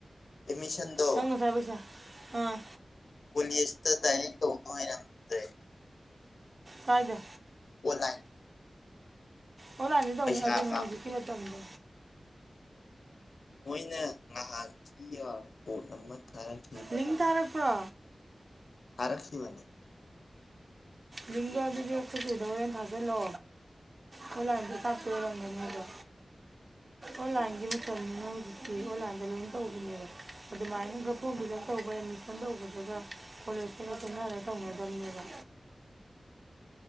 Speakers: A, on the left (about 80°); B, on the right (about 50°).
A: ꯑꯦꯠꯃꯁꯟꯗ
B: ꯅꯪ ꯉꯁꯥꯏ ꯄꯩꯁꯥ ꯑꯥ
A: ꯀꯂꯁ ꯇꯩꯅ ꯇꯧꯗꯨ ꯍꯥꯏꯅꯗ꯭ꯔꯦ
B: ꯀꯥꯏꯗ
A: ꯏ
B: ꯑꯣꯂꯥꯟꯗꯤ ꯇꯧꯅ ꯑꯗꯨꯅꯦ
A: ꯀꯥꯞꯄꯗ
B: ꯍꯧꯖꯤꯛꯀꯤ ꯃꯇꯝꯗꯣ
A: ꯃꯣꯏꯅ ꯉꯍꯥꯟ ꯊꯤꯕ ꯄꯣꯠ ꯑꯃ ꯇꯔꯛ
B: ꯂꯤꯡ ꯊꯥꯔꯛꯄ꯭ꯔꯣ
A: ꯐꯔꯛꯀꯤꯕꯅꯦ
B: ꯃꯤꯡꯗꯣ ꯑꯗꯨꯗꯤꯊ ꯀꯗꯧꯣꯔꯦꯅ ꯊꯥꯖꯤꯜꯂꯣ ꯍꯂ ꯍꯥꯏꯗꯤ ꯀꯥꯞꯇꯔꯝꯗꯅꯤ ꯑꯗꯣ ꯑꯣꯟꯂꯥꯏꯟꯒꯤ ꯃꯇꯝꯅꯤ ꯍꯧꯖꯤꯛꯇꯤ ꯑꯣꯟꯂꯥꯏꯟꯗ ꯂꯣꯏ ꯇꯧꯕꯅꯦꯕ ꯑꯗꯨꯃꯥꯏꯅꯒ ꯐꯣꯝ ꯐꯤꯜꯞ ꯇꯧꯕ ꯑꯦꯠꯃꯤꯁꯟ ꯇꯧꯕꯗꯨꯒ ꯀꯣꯂꯦꯖꯇꯒ ꯆꯦꯠꯟꯅꯔꯒ ꯇꯧꯅꯗꯝꯕꯅꯦꯕ